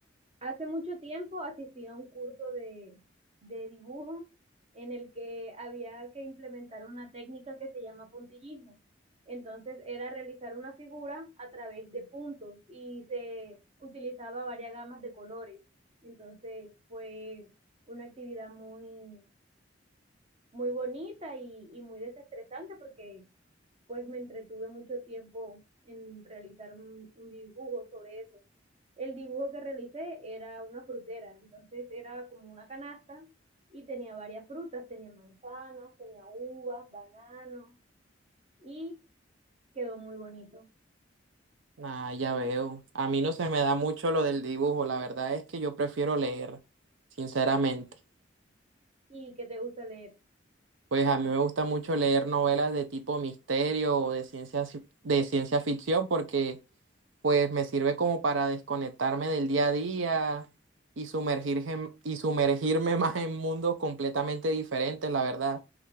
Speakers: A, on the right; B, on the right.
A: Hace mucho tiempo asistí a un curso de, de dibujo en el que había que implementar una técnica que se llama puntillismo. Entonces era realizar una figura a través de puntos y se utilizaba varias gamas de colores. Entonces fue una actividad muy, muy bonita y, y muy desestresante porque pues me entretuve mucho tiempo en realizar un, un dibujo sobre eso. El dibujo que realicé era una frutera, entonces era como una canasta y tenía varias frutas, tenía manzanas, tenía uvas, bananos y quedó muy bonito.
B: Ah, ya veo. A mí no se me da mucho lo del dibujo. La verdad es que yo prefiero leer, sinceramente.
A: ¿Y qué te gusta leer?
B: Pues a mí me gusta mucho leer novelas de tipo misterio o de ciencia, ci- de ciencia ficción porque pues me sirve como para desconectarme del día a día y sumergirme, y sumergirme <laughs> más en mundos completamente diferentes, la verdad.